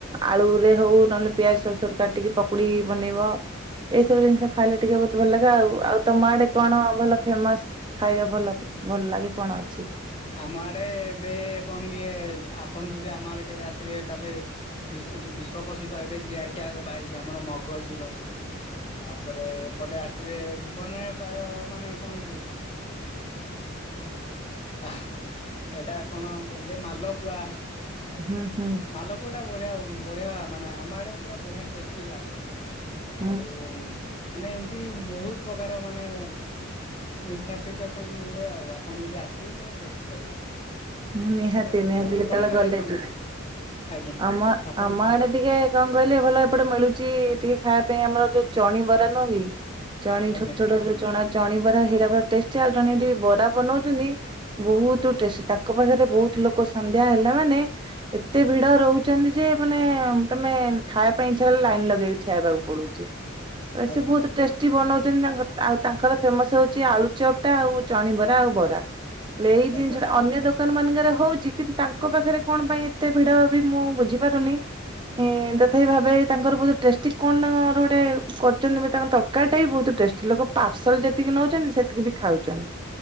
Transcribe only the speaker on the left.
ଆମ ଆଡେ ଏବେ କଣ କି ଆପଣ ଯଦି ଆମ ଆଡେ କେବେ ଆସିବେ ତାହେଲେ ଏ ଯୋଉ ବିଶ୍ଵ ପ୍ରସିଦ୍ଧ ଏବେ ଜିଆଇ ଟିଆଗ ପାଇଛି ଆମର ମଗଜି ଲଡୁ ତାପରେ ଏପଟେ ଆସିବେ ଭୁବନରେ ପ୍ରାୟ ମାନେ କଣ କି ଆ ଏଇଟା କଣ କହିଲେ ମାଲପୁଆ
ମାଲପୁଆ ଟା ବଢିଆ ବଢିଆ ମାନେ ଆମ ପୁରା ବଢିଆ ଟେଷ୍ଟି ଲାଗେ।
ଆଉ ମାନେ ଏମତି ବହୁତ ପ୍ରକାର ମାନେ ମିଠା ଫିଠା ସବୁ ମିଳେ ଆଉ ଆପଣ ଯଦି ଆସି ବେ କେବେ ଟେଷ୍ଟ କରିବେ।
ଆଉ
ଆପଣଙ୍କ
ଆଡେ କଣ
ଆଜ୍ଞା
ଆପଣ
ଆଜ୍ଞା
ଆଜ୍ଞା
ଆଜ୍ଞା